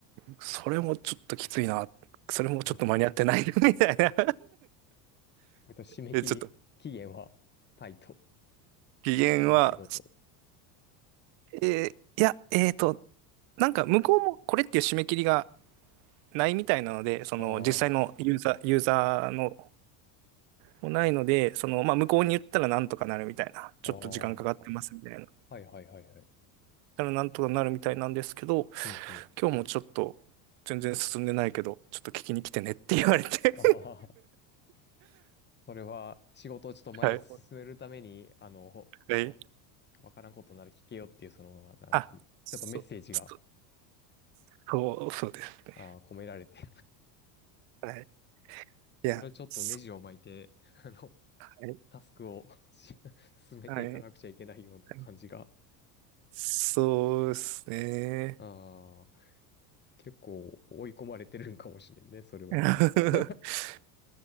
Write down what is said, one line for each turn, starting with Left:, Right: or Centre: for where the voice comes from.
Right: それもちょっときついな。それもちょっと間に合ってない
Left: <laughs>
Right: <laughs> みたいな
Left: 割と締め切り期限はタイト
Right: え、ちょっと、期限は、
Left: な仕事。
Right: えーいや、えーと、なんか向こうもこれっていう締め切りがないみたいなので、その実際のユーザー、
Left: ああ、
Right: ユーザーのもないので、その、まあ、向こうに言ったらなんとかなるみたいな、
Left: ああ、
Right: ちょっと時間かかってますみたいな、
Left: は
Right: だか
Left: いはいはいはい。
Right: らなんとかなるみたいなんですけど、
Left: うんうん。
Right: 今日もちょっと全然進んでないけど、ちょっと聞きに来てねって言われて
Left: ああ、それは仕事をちょっと前へ進めるために、
Right: <laughs> はい。
Left: あの、
Right: はい。
Left: わからんことなら聞けよっていう、その、ななんか、
Right: あ、
Left: ちょっとメッセージが
Right: そう、そそう、そうですね。
Left: ああ、込められて <laughs>
Right: はい。いや、
Left: それはちょっとネジを巻いて、
Right: そ
Left: <laughs> あの、
Right: うはい。
Left: タスクを <laughs> し進めていかなくちゃいけないような感じが、
Right: はい。はいそうですね。
Left: ああ、結構追い込まれてるんかもしれんね、それは、
Right: <laughs>
Left: あの。<laughs>